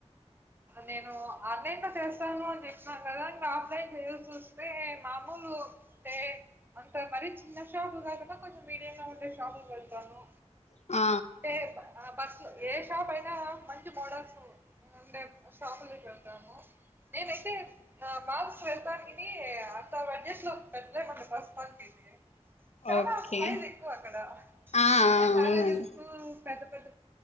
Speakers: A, on the right; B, on the left.
A: నేను ఆన్లైన్ లో చేస్తాను అని చెప్పినాను కదాంగా ఆఫ్లైన్ చేయాల్ వస్తే మామూలు అంటే అంత మరి చిన్న షాపుకు కాకుండా కొంచెం మీడియంగా ఉండే షాపుకు వెళ్తాను
B: ఆ
A: అంటే బస్సు ఏ షాప్ అయినా మంచి మోడల్స్ ఉండే షాపు లోకి వెళ్తాను నేనైతే మాల్స్కి వెళ్తానికని అంత బడ్జస్ లో పెట్టలేమండి ప్రస్తుతానికి అయితే చాలా
B: ఓకే
A: ఫైవ్ ఎక్కువ అక్కడ
B: ఆ ఆ,
A: అంటే మ్యారేజెస్
B: అవునండి
A: కు పెద్ద పెద్ద